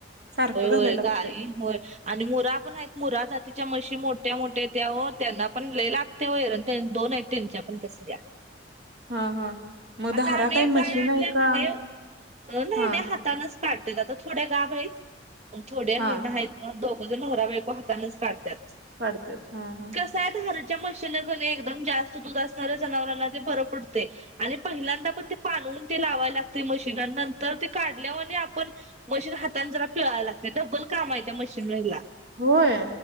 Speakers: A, on the right; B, on the right.
A: सारखं
B: होय
A: घालायला
B: होय
A: लागतंय
B: काई होय आणि मुरा पण आहेत मुरा जातीच्या मशी मोठ्या मोठ्या त्या त्यांना पण ल लागत त्या वैर दोन ऐट्यांची आपण कसली
A: हा हा मग
B: आता
A: दारातही
B: आम्ही एक
A: मशीन
B: गाय आणल्या
A: आहे का
B: कणी नाही नाही
A: हा
B: नाही हातानच काढत आता थोड्या गा बाई पण थोड्या
A: हा
B: हे नाही दोघं ज नहरा बाळको हातानेच काढतात
A: पडतेात हा हा
B: कस आहे हरच्या मशनं घणे एकदम जास्त दूध असणाऱ्या जनावरांना ते भर पडते आणि पहिल्यांदा पण ते पानवून ते लावाय लागते मशीिना नंतर ते काढल्यावर आपण मशीन हातात जरा पिळावं लागत ब्बल काम आहे त्या मशीनवरला
A: होय